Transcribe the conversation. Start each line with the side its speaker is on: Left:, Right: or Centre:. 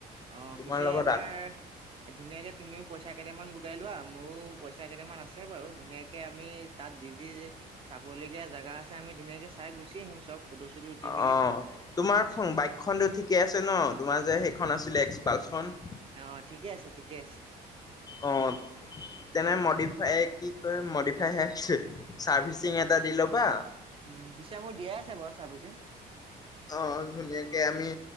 Right: অ,
Left: তোমাৰ
Right: পিছে
Left: লগত
Right: এবাৰ
Left: আ
Right: ধুনীয়াকে তুমিও পইচা কেইটামান গোটাই লোৱা মোৰো পইচা কেইটামান আছে বাৰু ধুনীয়াকে আমি তাত যি যি চাবলগীয়া জাগা আছে আমি ধুনীয়াকে চাই গুচি আহিম চব। ফটো চটো উঠি মেলি
Left: অ, তোমাৰ বাইকখনতো ঠিকেই আছে ন তোমাৰ যে সেইখন আছিলে এক্সপালছখন?
Right: অ, ঠিকে আছে ঠিকে আছে।
Left: অ, তেনে মডিফাই কি কয় মডিফাই চাৰ্ভিচিং এটা দি ল'বা,
Right: উম, পিছে মোৰ দিয়াই আছে বাৰু চাৰৰ্ভিচিঙ,
Left: আহ, ধুনীয়াকে আমি